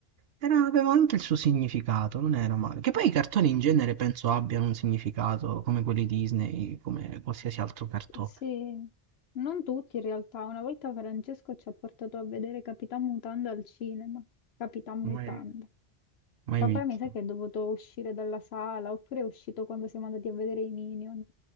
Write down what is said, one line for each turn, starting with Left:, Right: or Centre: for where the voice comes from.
Right: era- aveva anche il suo significato, non era male. Che poi i cartoni in genere penso abbiano un significato, come quelli Disney, come qualsiasi altro cartone,
Left: sì, non tutti in realtà. Una volta Francesco ci ha portato a vedere Capitan Mutanda al cinema. Capitan Mutanda.
Right: mai, mai
Left: Papà
Right: visto.
Left: mi sa che è dovuto uscire dalla sala, oppure è uscito quando siamo andati a vedere i Minion.